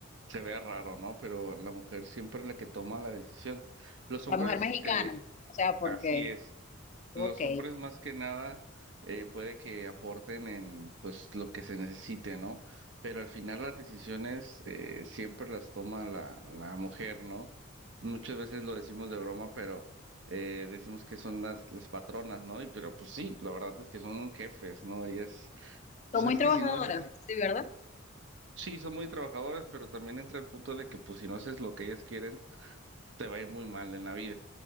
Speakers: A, on the right; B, on the left.
A: se vea raro, ¿no? Pero la mujer siempre es la que toma la decisión. Los
B: La
A: hombres
B: mujer mexicana,
A: eh,
B: o sea, porque,
A: Así es.
B: ok,
A: Los hombres más que nada eh, puede que aporten en pues lo que se necesite, ¿no? Pero al final las decisiones eh, siempre las toma la, la mujer, ¿no? Muchas veces lo decimos de broma, pero eh, decimos que son las, las patronas, ¿no? Y pero pues sí, la verdad es que son jefes, ¿no? Ellas, pues
B: son muy
A: es
B: trabajadoras,
A: que si no haces, lo-
B: sí, ¿verdad?
A: sí, son muy trabajadoras, pero también entra el punto de que pues si no haces lo que ellas quieren, te va a ir muy mal en la vida.